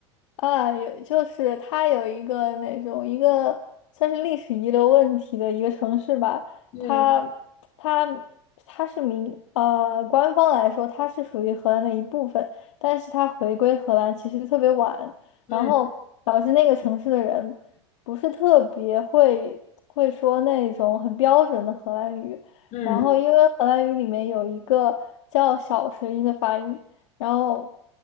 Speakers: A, on the left; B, on the left.
A: 啊，有就是它有一个那种一个算是历史遗留问题的一个城市吧，
B: 嗯
A: 它它它是民呃官方来说它是属于荷兰的一部分，但是它回归荷兰其实特别晚，
B: 嗯
A: 然后导致那个城市的人不是特别会会说那种很标准的荷兰语，
B: 嗯。
A: 然后因为荷兰语里面有一个叫小舌音的发音。然后，